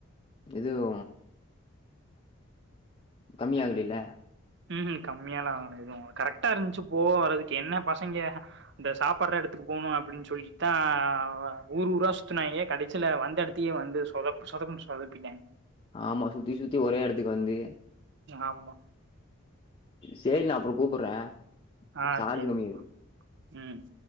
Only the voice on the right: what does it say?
ம் ம் கம்மியல்லா ஆகல எதும் ஆது கரெக்டா இருந்துச்சு போக வர்றதுக்கு என்ன பசங்க இந்த சாப்பட்ற எடத்துக்கு போகணு அப்டின்னு சொல்லிகிட்டுதா ஆ ஊர் ஊரா சுத்தினாங்க கடைசில வந்த ஏ எடத் திய வந்து சொதப் சொதப்னு சொதப்பிட்டயிங்க
ஆமா
ஆ
சரிங்கப்பா.
ம்